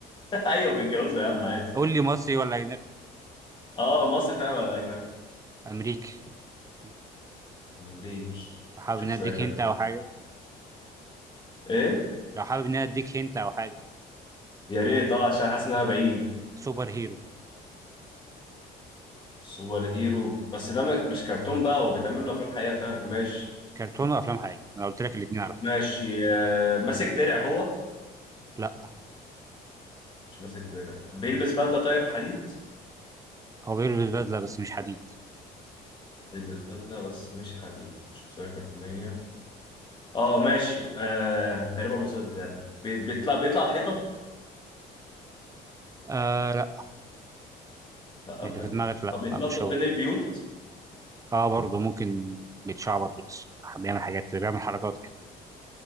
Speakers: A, on the left; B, on the right.
A: <laughs> أيوه متجوزة يا عم عادي
B: قول لي مصري ولا اجنبي
A: آه مصري فعلا ولا أجنبي؟
B: امريكي مم.
A: أمريكي
B: حابب
A: شخصية
B: ان أنا اديك
A: كرتون
B: هنت او حاجه
A: إيه؟
B: لو حابب ان أنا اديك هنت او حاجه
A: يا ريت اه عشان حاسس انها بعيد
B: سوبر هيرو
A: سوبر هيرو بس ده م- مش كرتون بقى هو بيتعمل منه افلام حقيقيه فعلا ماشي
B: كرتون وافلام حقيقيه انا قلت لك الاثنين على فكره
A: ماشي آه ماسك درع هو
B: لا
A: مش ماسك درع بيلبس بدله طيب حديد
B: هو بيلبس بدلة بس مش حديد
A: بيلبس بدله بس مش حديد مش شخصيه كرتونيه اه ماشي آه تقريبا وصلت يعني بي- بيطلع بيطلع الحيطه
B: آه لا
A: لا
B: اللي
A: بجد
B: في دماغك لا
A: طب بيتنطط
B: لا مش هو
A: بين البيوت
B: اه برضه ممكن بيتشعبط بس بيعمل حاجات كده بيعمل حركات يعني